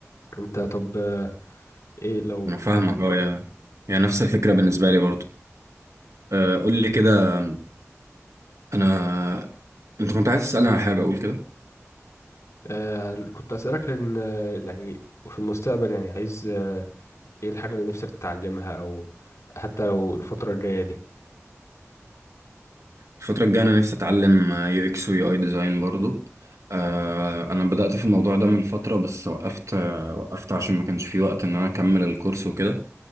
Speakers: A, on the left (about 70°); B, on the right (about 80°).
A: انت طب آه، ايه لو
B: انا فاهمك اه يا يعني نفس الفكره بالنسبه لي برضو آه، قول لي كده انا انت كنت عايز تسالني على حاجه اقول كده
A: آه، كنت اسالك لان آه، يعني في المستقبل يعني عايز آه، ايه الحاجه اللي نفسك تتعلمها او حتى لو الفتره الجايه دي
B: الفتره الجايه انا نفسي اتعلم آه، يو اكس ويو اي ديزاين برضو آه، انا بدات في الموضوع ده من فتره بس وقفت آه، وقفت عشان ما كانش في وقت ان انا اكمل الكورس وكده